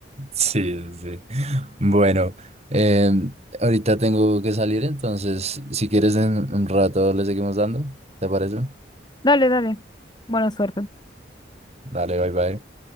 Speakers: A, on the right (about 35°); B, on the left (about 25°).
A: Sí, sí. sí. Bueno, eh, ahorita tengo que salir, entonces, si quieres en un rato le seguimos dando, ¿te parece?
B: Dale, dale. Buena suerte.
A: Dale, bye, bye.